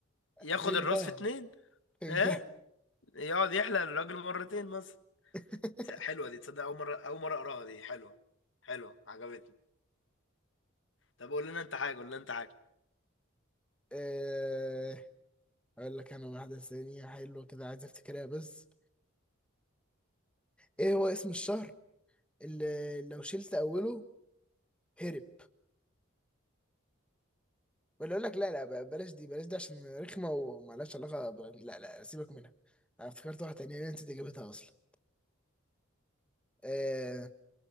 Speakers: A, on the left (about 65°); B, in the centre.
A: ياخد
B: فهمتها
A: الراس في اتنين
B: فهمتها
A: اه يقعد يحلق الراجل مرتين مثلا
B: <laughs>
A: حلوة دي تصدق أول مرة أول مرة أقراها دي حلوة حلوة عجبتني طب قول لنا أنت حاجة قول لنا أنت حاجة
B: آه، اقول لك انا واحدة ثانية حلوة كده عايز افتكرها بس ايه هو اسم الشهر اللي لو شلت اوله هرب ولا اقول لك لا لا ب- بلاش دي بلاش دي عشان رخمه ومالهاش علاقه ب... لا لا سيبك منها انا افتكرت واحده تانية انا نسيت اجابتها اصلا أه...